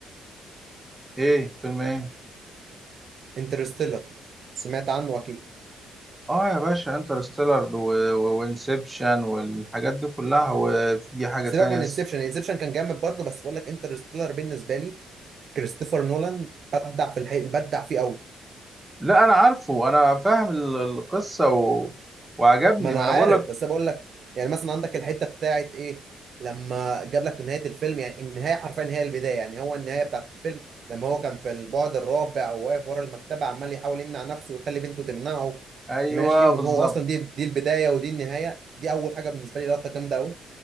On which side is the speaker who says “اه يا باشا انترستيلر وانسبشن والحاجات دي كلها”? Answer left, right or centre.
Right